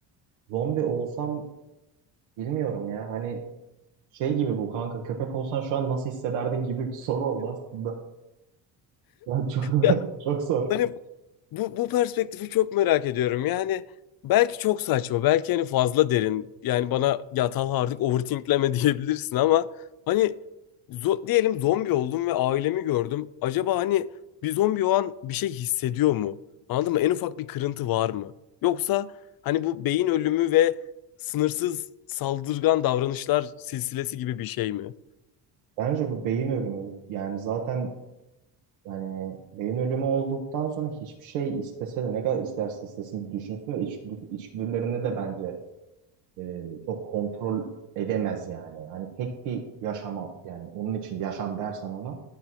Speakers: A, on the right; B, on the left.
A: zombi olsam bilmiyorum ya. Hani şey gibi bu kanka köpek olsan şu an nasıl hissederdin gibi bir soru oldu aslında. Ya çok, <laughs>
B: Ya,
A: çok zor.
B: hani Bu, bu perspektifi çok merak ediyorum. Yani belki çok saçma, belki hani fazla derin. Yani bana ya Talha artık overthinkleme <laughs> diyebilirsin ama hani zo- diyelim zombi oldum ve ailemi gördüm. Acaba hani bir zombi o an bir şey hissediyor mu? Anladın mı? En ufak bir kırıntı var mı? Yoksa hani bu beyin ölümü ve sınırsız saldırgan davranışlar silsilesi gibi bir şey mi?
A: Bence bu beyin ölümü yani zaten yani beyin ölümü olduktan sonra hiçbir şey istese de ne kadar isterse istesin düşünsün ve içgüdü, içgüdülerini de bence e, çok kontrol edemez yani. Hani tek bir yaşama yani onun için yaşam dersen ona